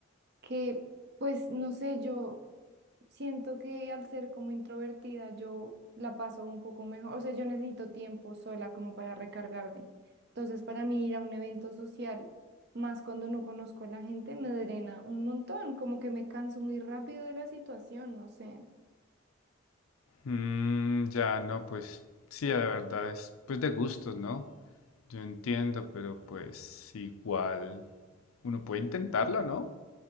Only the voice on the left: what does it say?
Mm, ya, no, pues sí, la verdad es pues de gustos, ¿no? Yo entiendo, pero pues igual uno puede intentarlo, ¿no?